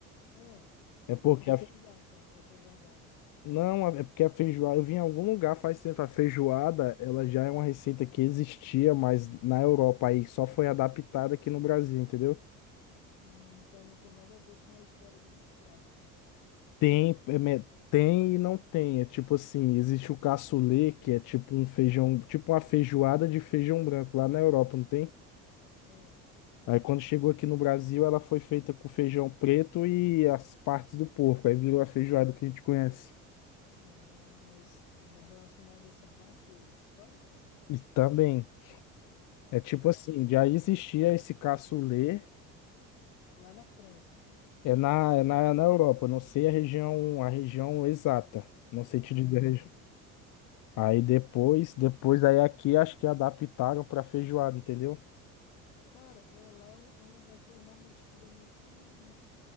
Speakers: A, on the left; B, on the left.
A: Ah,
B: É porque
A: foi pesquisar
B: a.
A: então, qual que é a verdade.
B: Não, é porque a feijoada. Eu vi em algum lugar faz tempo. A feijoada, ela já é uma receita que existia, mas na Europa aí só foi adaptada aqui no Brasil, entendeu?
A: Hum, então não tem nada a ver com a história dos escravos.
B: Tem, é me- tem e não tem. É tipo assim, existe o cassoulet, que é tipo um feijão, tipo uma feijoada de feijão branco lá na Europa, não tem?
A: Ah,
B: Aí quando chegou aqui no Brasil, ela foi feita com feijão preto e as partes do porco. Aí virou a feijoada que a gente conhece.
A: ah, mas é relacionado a essa parte histórica?
B: E também, é tipo
A: Ah,
B: assim, já existia esse cassoulet,
A: lá na França.
B: é na, é na, na Europa, não sei a região, a região exata. Não sei te
A: Tá,
B: dizer
A: entendi.
B: a região. Aí depois, depois aí aqui acho que adaptaram para feijoada, entendeu?
A: Cara, é, lá é um, é um lugar que eu realmente queria muito, muito,